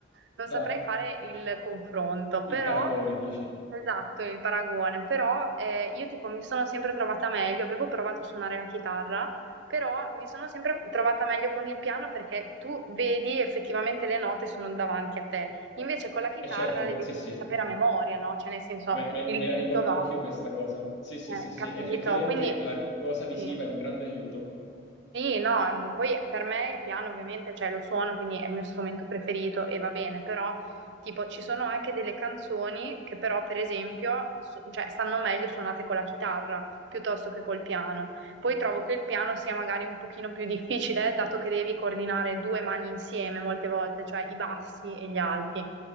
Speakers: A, on the right; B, on the left.
A: non saprei
B: Ah,
A: fare il confronto,
B: il
A: però,
B: paragone, dici?
A: esatto, il paragone, però eh, io tipo mi sono sempre trovata meglio, avevo provato a suonare la chitarra, però mi sono sempre trovata meglio con il piano perché tu vedi effettivamente le note sono davanti a te, invece con la chitarra
B: Eh certo,
A: le devi
B: sì, sì.
A: sapere a memoria, no? Cioè nel senso
B: Me, me-
A: il
B: me la
A: dito
B: ricordo
A: va,
B: anch'io questa cosa. Sì, sì,
A: eh,
B: sì, sì,
A: capito?
B: effettivamente
A: Quindi...
B: la cosa visiva
A: sì.
B: è un grande aiuto.
A: Sì, no, mm, poi per me il piano ovviamente, cioè lo suono, quindi è il mio strumento preferito e va bene, però tipo ci sono anche delle canzoni che però per esempio su- cioè, stanno meglio suonate con la chitarra piuttosto che col piano. Poi trovo che il piano sia magari un pochino più difficile dato che devi coordinare due mani insieme molte volte, cioè i bassi e gli alti.